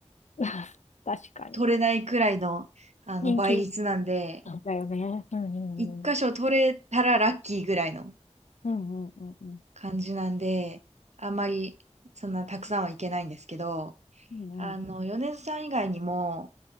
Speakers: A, on the left; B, on the right.
A: <laughs> 確かに。
B: 取れないくらいの、あの、
A: 人気
B: 倍率なんで、
A: だよね。うんうんうん。
B: 一箇所取れたらラッキーぐらいの
A: うんうんうんうん。
B: 感じなんで、あんまりそんなたくさんはいけないんですけど、
A: うんうん。
B: あの、米津さん以外にも、